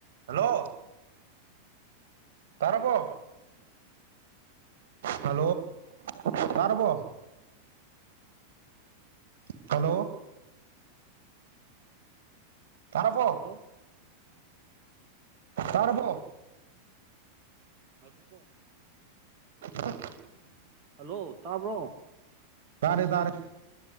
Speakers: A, on the right; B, on the right.
A: hello ꯇꯔꯔꯕꯣ hello ꯇꯥꯔꯕꯔꯕꯣ hello ꯇꯔꯥꯕꯣ
B: ꯍꯜꯂꯣ
A: ꯇꯔꯥꯕꯣ
B: ꯉꯥꯏꯈꯣꯀꯣ
A: <unintelligible>
B: ꯍꯜꯂꯣ ꯇꯥꯕ꯭ꯔꯣ
A: ꯇꯥꯔꯦ ꯇꯥꯔꯦ